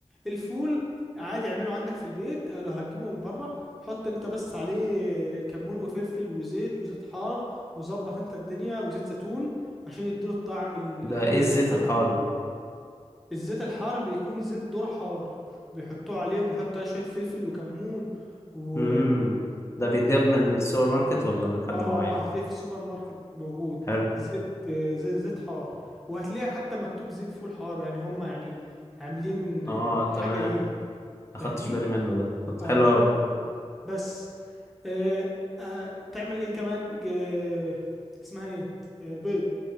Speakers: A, in the centre; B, on the left.
A: الفول عادي اعمله عندك في البيت او لو هتجيبه من بره حط انت بس عليه كمون وفلفل وزيت وزيت حار وظبط انت الدنيا وزيت زيتون عشان يديله الطعم ال-
B: ده
A: الحلو
B: ايه الزيت
A: اللي احنا عارفينه
B: الحار ده
A: الزيت الحار بيكون زيت ذرة حار بيحطوه عليه وبيحطوا عليه شوية فلفل وكمون و
B: امم ده بيتجاب من السوبر ماركت ولا من حد
A: اه
B: معين
A: اه هتلاقيه في السوبر ماركت موجود
B: حلو
A: زيت آه، زيت, زيت حار وهتلاقي حتى مكتوب زيت فول حار يعني هم يعني عاملين
B: اه
A: آه،
B: تمام
A: حاجة ليه
B: ما
A: فاهمني
B: خدتش بالي منه ده طب
A: اه
B: حلو أوي
A: بس آه آه تعمل ايه كمان ج- اسمها ايه آه بيض